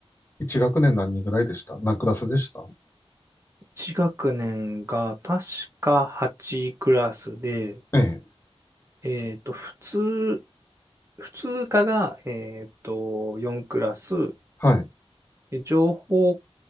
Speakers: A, on the left; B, on the right.
A: 1学年何人ぐらいでした何クラスでした
B: 一学年が確か8クラスで、
A: ええ。
B: えっと、普通、普通科が、えっと、4クラス、
A: はい。
B: で情報